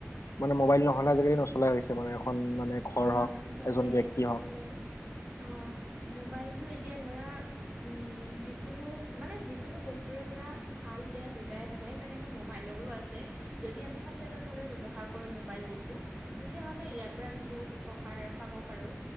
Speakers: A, on the left (about 85°); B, on the right (about 30°).
A: মানে মোবাইল নহ'লে আজিকালি নচলাই হৈছে মানে এখন মানে ঘৰ
B: অ
A: হওক
B: নচলে
A: এজন ব্যক্তি
B: নচলে
A: হওক
B: অ মোবাইলটো এতিয়া ধৰা উম যিকোনো মানে যিকোনো বস্তুৰে ধৰা ভাল বেয়া দুটাই থাকে তেনেকে মোবাইলৰো আছে যদি আমি সচেতনভাৱে ব্যৱহাৰ কৰো মোবাইলতো তেতিয়াহ'লে ইয়াৰ পৰা আমি বহুত উপকাৰ পাব পাৰো